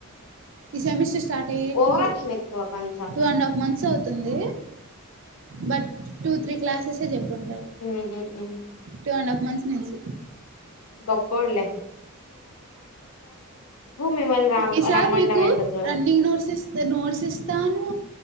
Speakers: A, on the right; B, on the left.
A: ఈ సెమిస్టర్ స్టార్ట్ అయ్యి
B: ఓవరాక్షన్
A: టు
B: ఎక్కువ కొంచెం
A: టూ అండ్ హాఫ్ మంత్స్ అవుతుంది బట్ టూ త్రీ క్లాసెస్ కుంటాడు
B: హ్మ్ హు
A: టూ అండ్ హాఫ్ మంత్స్ నుంచి
B: గొప్పోడు లే మిమ్మల్ని ర
A: ఈ సార్
B: రమ్మండం
A: మీకు
B: ఎందుకు
A: రన్నింగ్ నోట్స్ ఇస్తా నోట్స్ ఇస్తాను